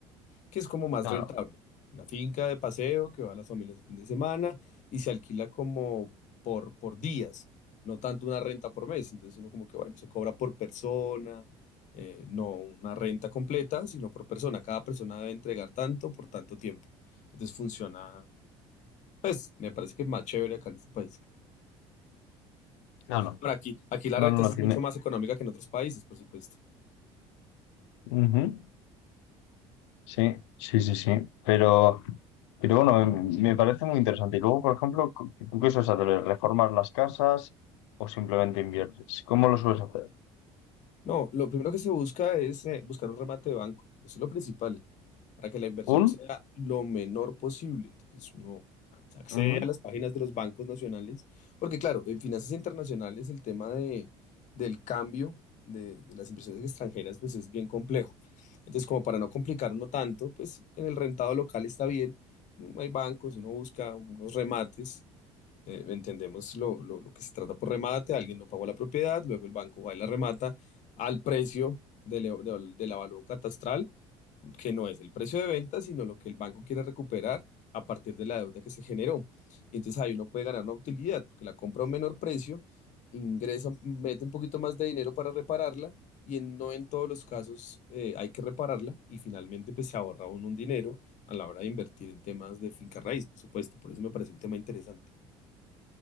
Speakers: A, on the left; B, on the left.
A: que es como más
B: Claro,
A: rentable. La finca de paseo que va a las familias el fin de semana y se alquila como por, por días, no tanto una renta por mes. Entonces uno como que, bueno, se cobra por persona, eh, no una renta completa, sino por persona. Cada persona debe entregar tanto por tanto tiempo. Entonces funciona, pues me parece que es más chévere acá en este país.
B: claro.
A: Ahora aquí, aquí la
B: No,
A: renta
B: no, no
A: sí es
B: tiene.
A: mucho más económica que en otros países, por supuesto.
B: Ujú. Sí, sí, sí, sí. Pero, pero bueno, me, me parece muy interesante. Y luego, por ejemplo, cu- ¿tú qué sueles hacer? ¿Reformar las casas o simplemente inviertes? ¿Cómo lo sueles hacer?
A: No, lo primero que se busca es eh, buscar un remate de banco. Eso es lo principal. para que la inversión
B: ¿Un?
A: sea lo menor posible. Entonces uno accede
B: Ujú.
A: a las páginas de los bancos nacionales, porque claro, en finanzas internacionales el tema de, del cambio de, de las inversiones extranjeras pues es bien complejo. Entonces como para no complicarlo tanto, pues en el rentado local está bien, no hay bancos, uno busca unos remates. eh, entendemos lo, lo lo que se trata por remate, alguien no pagó la propiedad, luego el banco va y la remata al precio del, ev- del, del avalúo catastral que no es el precio de venta, sino lo que el banco quiere recuperar a partir de la deuda que se generó. Y entonces ahí uno puede ganar una utilidad, porque la compra a un menor precio, ingresa, mete un poquito más de dinero para repararla y en, no en todos los casos eh, hay que repararla y finalmente pues, se ahorra uno un dinero a la hora de invertir en temas de finca raíz, por supuesto. Por eso me parece un tema interesante.